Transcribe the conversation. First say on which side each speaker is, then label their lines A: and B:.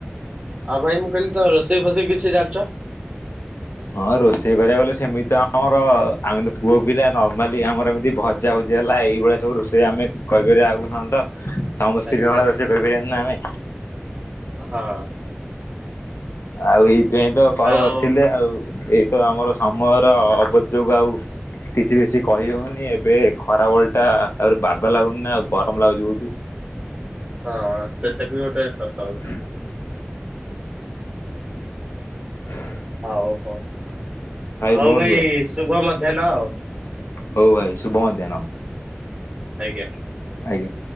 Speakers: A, on the right; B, on the left.
A: ଆଉ ଭାଇ ମୁଁ କହିଲି ତ ରୋଷେଇ ଫୋଷେଇ କିଛି ଜାଣିଚ?
B: ହଁ ରୋଷେଇ କରିବାକୁ ଗଲେ ସେମିତି ତ ଆମର ଆମେ ତ ପୁଅ ପିଲା ନର୍ମାଲି ଆମର ଏମିତି ଭଜ୍ ଜାଭଜି ହେଲା ଏଇଭଳିଆ ସବୁ ରୋଷେଇ ଆମେ କରିବାର ଆଉ କଣ ଥାନ୍ତା। ସମସ୍ତିଙ୍କ
A: ଆଚ୍ଛା
B: ଭଳିଆ ରୋଷେଇ କରିପାରିବାନି ନା ଆମେ
A: ହଁ।
B: ଆଉ ଏଇଥିପାଇଁ ତ କଲ
A: ଆଉ
B: କରିଥିଲେ ଆଉ ଏଇତ ଆମର ସମୟର ଅବଯୋଗ ଆଉ। କିଛି ବେଶୀ କହି ହଉନି ଏବେ ଖରା ବଳ ଟା ଆଉରି ବାଗ ଲାଗୁନି ଆଉ ଗରମ ଲାଗୁଚି ବହୁତୁ।
A: ହଁ ସେଟା ବି ଗୋଟେ ସତ କଥା।
B: ହୁଁ। ହଁ <inaudible>
A: ହଉ ହଉ। ହଉ
B: ରୁହନ୍ତୁ
A: ଭାଇ ଶୁଭ ମଧ୍ୟାହ୍ନ ଆଉ।
B: ହଉ ଭାଇ ଶୁଭ ମଧ୍ୟାହ୍ନ।
A: ଆଜ୍ଞା।
B: ଆଜ୍ଞା।